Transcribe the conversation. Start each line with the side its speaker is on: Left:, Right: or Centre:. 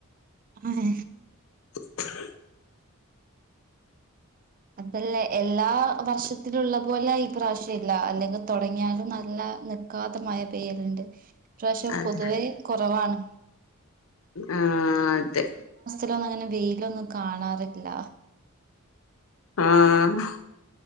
Right: അഹെ...
Left: <unintelligible>
Right: അതല്ലേ എല്ലാ വർഷത്തിലുള്ളപോലെ ഈ പ്രാവശ്യല്ല അല്ലെങ്കി തൊടങ്ങിയാലും നല്ല നിക്കാത മയ പെയ്യല്ണ്ട് ഇപ്രാവശ്യം
Left: അതെ
Right: പൊതുവെ കുറവാണ്
Left: ആ... തെ
Right: ഇന്നൊന്നങ്ങനെ വെയിലൊന്നും കാണാറില്ല
Left: ആ..... ഹ്